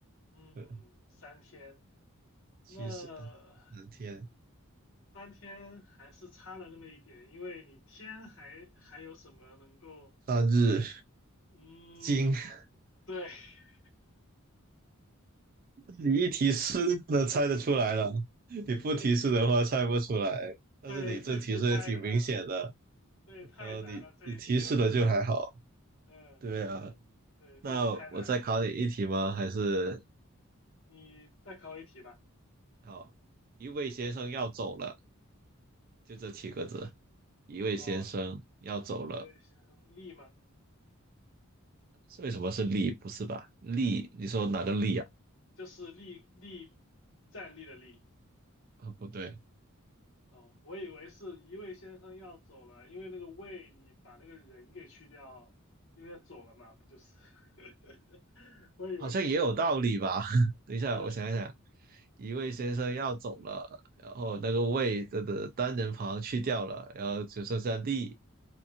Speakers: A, on the left (about 65°); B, on the right (about 45°).
A: 嗯三天，
B: 呃，七十
A: 那
B: 三天，
A: 三天还是差了那么一点，因为你天还还有什么能够
B: 三日
A: 嗯对。
B: 今。<laughs>
A: <laughs>
B: 你一提示都猜得出来了，你不提示的话猜不出来。
A: 对，<laughs>
B: 但是你这提示也挺明显的，
A: 对，这题太难了，对，太难了，
B: 呃，你你提示的就还好。
A: 这一题我觉得，嗯，
B: 对啊，
A: 对，
B: 那我再考你一题吗？
A: 这题太难了。
B: 还是
A: 你再考一题吧。
B: 好，一位先生要走了，就这七个字，一位先生要走了。
A: 哦，一位先生力吗？
B: 是为什么是力不是吧？力，你说哪个力啊？
A: 就是力力站立的立。
B: 啊，不对，
A: 哦，我以为是一位先生要走了，因为那个位你把那个人给去掉，因为要走了嘛，不就是？<laughs> 我以为是这样。
B: 好像也有道理吧？<laughs> 等一下，
A: 呃，
B: 我想一想，一位先生要走了，然后那个位的的单人旁去掉了，然后只剩下力。